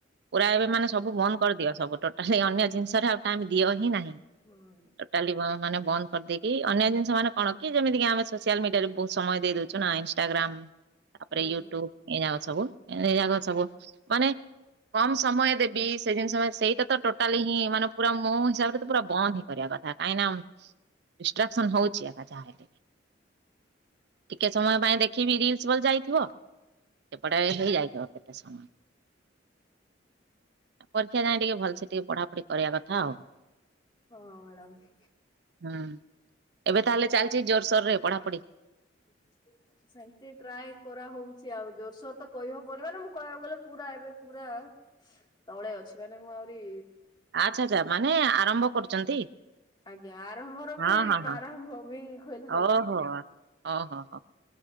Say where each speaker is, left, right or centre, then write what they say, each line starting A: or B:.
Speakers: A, on the right; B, on the left.
A: ପୁରା ଏବେ ମାନେ
B: ହୁଁ
A: ସବୁ ବନ୍ଦ କରିଦିଅ ସବୁ ଟୋ ହେ ଅନ୍ୟ ଜିନିଷରେ ଆଉ ଟାଇମ୍ ଦିଅ ହିଁ ନାହିଁ
B: ହୁଁ
A: ଟୋଟାଲି ମାନେ ବନ୍ଦ କରିଦେଇ ଏଇ ଅନ୍ୟ ଜିନିଷ ମାନେ କଣ କି ଯେମିତି କିି ଆମେ ସୋସିଆଲ ମିଡିଆରେ ବହୁତ ସମୟ ଦେଇ ଦଉଛୁ ନା ଇନଷ୍ଟାଗ୍ରାମ। ତାପରେ
B: ହଁ
A: ୟୁଟ୍ୟୁବ ଏ ସବୁ ଏ ଯାକ ସବୁ ମାନେ କମ ସମୟ ଦେବି ସେ ଜିନିଷ ସେଇଟା ତ ଟୋ ଟୋଟାଲ ହିଁ ମାନେ ପୁର ମୋ ହିସାବରେ ପୁରା ବନ୍ଦ ହେଇ କରିବା କଥା କାହିଁ ଡି୍ଷ୍ଟାକ୍ସନ ହଉ ଏକାହାଲେି <unintelligible> ଟିକେ ସମୟ ପାଇଁ ଦେଖିବି ରିଲସ ବୋଲି ଯାଇଥିବ ସେପଟେ ହେଇଯାଇଥିବ କେତେ ସମୟ। ପରୀକ୍ଷା ଯାଏ ଟିକେ ଭଲସେ ଟିକେ ପଢାପଢି କରିବା କଥା ଆଉ।
B: ହଁ ମାଡମ୍।
A: ହୁଁ ଏବେ ତାହଲେ ଚାଲିଚ ଜୋରସୋର ରେ ପଢାପଢି?
B: <unintelligible> ସେମିତି ଟ୍ରାଏ କରାହଉଛି ଆଉ ଜୋରସୋର ତ କହିହବନି ମାନେ ମୁଁ କହିବାକୁ ଗଲେ ପୁରା ଏବେ ପୁରା ତଳେ ଅଛି ମାନେ ମୁଁ ଆହୁରି
A: ଆଚ୍ଛା ଆଚ୍ଛା ମାନେ ଆରମ୍ଭ କରୁଛନ୍ତି।
B: ଆଜ୍ଞା ଆରମ୍ଭର ବି
A: ହଁ ହଁ
B: ପ୍ରାରମ୍ଭ
A: ହଁ
B: ବି କହିଲେ ହବ
A: ଓହୋ ଓହୋ ହୋ